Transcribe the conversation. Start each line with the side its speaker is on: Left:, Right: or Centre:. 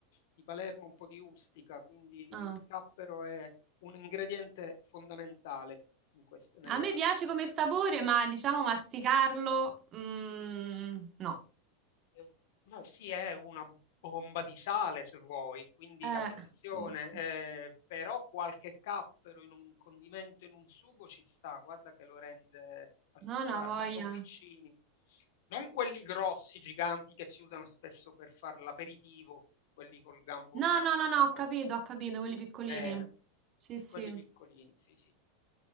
Left: di Palermo, un po' di Ustica, quindi
Right: Ah.
Left: il cappero è un ingrediente fondamentale in quest- nella,
Right: A me piace come
Left: nella
Right: sapore, ma diciamo masticarlo... mm, no.
Left: cucina. Ma sì, è una bomba di sale se vuoi, quindi
Right: Eh,
Left: attenzione,
Right: sì, sì.
Left: eh, però qualche cappero in un condimento, in un sugo ci sta, guarda che lo rende particolare,
Right: No, no, voglia.
Left: se sono piccini, non quelli grossi, giganti che si usano spesso per fare l'aperitivo, quelli col gambo
Right: No,
Left: lungo,
Right: no, no,
Left: che
Right: no,
Left: ti
Right: ho
Left: danno
Right: capito, ho capito, quelli piccolini.
Left: bene,
Right: Sì, sì.
Left: quelli piccolini, sì sì.